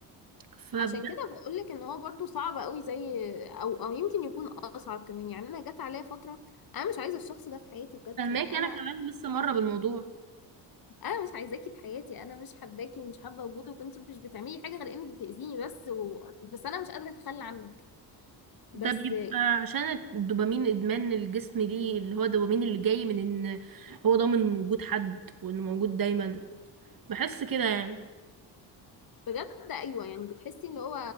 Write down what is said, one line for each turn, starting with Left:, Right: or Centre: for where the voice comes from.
Right: ففهماكي
Left: عشان كده بقولك إن هو برضو صعب قوي زي أو أو يمكن يكون أصعب كمان يعني أنا جت عليا فترة أنا مش عايزة الشخص ده في حياتي بجد
Right: انا
Left: يعني أنا
Right: كمان لسه مره بالموضوع
Left: أنا مش عايزاكي في حياتي أنا مش حباكي ومش حابة وجودك وأنتي مش بتعملي حاجة غير إنك بتأذيني بس و... بس أنا مش قادرة أتخلى عنك بس
Right: ده بيبقى عشان الدوبامين ادمان الجسم ليه اللي هو الدوبامين اللي جاي من ان هو ضامن وجود حد وانه موجود دايما بحس كده يعني
Left: بجد ايوه يعني بتحسي ان هو